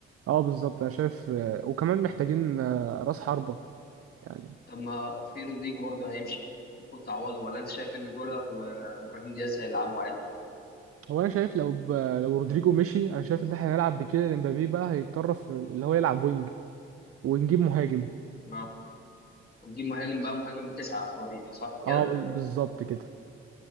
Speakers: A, on the right (about 50°); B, on the left (about 30°).
A: أه بالظبط أنا شايف آه، وكمان محتاجين آه، رأس حربة يعني
B: طب ما في رودريجو برضه هيمشي المفروض تعوضه ولا انت شايف ان جولر وابراهيم دياز هيلعبوا عادي
A: هو أنا شايف لو ب... لو رودريجو مشي أنا شايف إن إحنا هنلعب بكده إمبابي بقى هيتطرف اللي هو يلعب وينج ونجيب مهاجم
B: اه وتجيب مهاجم بقى مهاجم تسعة صريح صح كده
A: أه ب- بالظبط كده